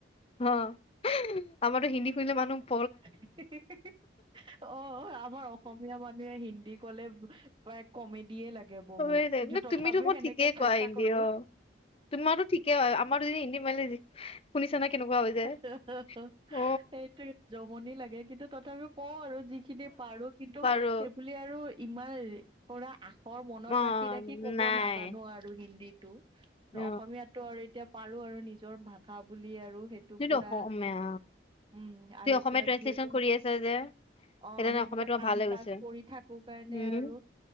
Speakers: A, on the left; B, on the right.
A: অহ, আমাৰতো হিন্দী <unintelligible> মানু <unintelligible>
B: হে-হে অ' আপ আমাৰ ৰ অসমীয়া মানুহে হিন্দী কলে তাইক কমেডিয়ে লাগে বহুত
A: সবে জা
B: কিন্তু
A: ন
B: তথাপিও
A: তুমিতো বহুত
B: সেনেকে
A: ঠিকেই
B: চেষ্টা
A: কোৱা হিন্দী
B: কৰো
A: অ। তোমাৰতো ঠিকেই হয় আমাৰতো যে হিন্দী মাৰিলে যি শুনিছা
B: হা -
A: না কেনেকুৱা হৈ যায়
B: হা - হা
A: অ
B: এইটো জমনি লাগে কিন্তু তথাপি কওঁ আৰু যিখিনি পাৰো, কিন্তু
A: পাৰো
B: সেই বুলি আৰু ইমান ৰি পৰা আখৰ মনত
A: অ
B: ৰাখি -ৰাখি ক'ব
A: নাই
B: নাজানো আৰু হিন্দীত। টো
A: অ
B: অসমীয়াটো আৰু এতিয়া পাৰো আৰু নিজৰ ভাগ খাঁ বুলিয়ে আৰু সেইটো
A: তুমিতো
B: পুৰা
A: অসমীয়া
B: উম। আৰু
A: তুমি অসমীয়া
B: এতিয়া
A: ট্ৰেঞ্চলেচন
B: যিহেতু
A: কৰি আছা যে
B: অ'
A: সেইকাৰণে
B: সেইবিলাক
A: অসমীয়া তোমাৰ
B: কাম
A: ভাল হৈ গৈছে
B: কাজ কৰি থাকো কাৰণে
A: উম
B: আৰু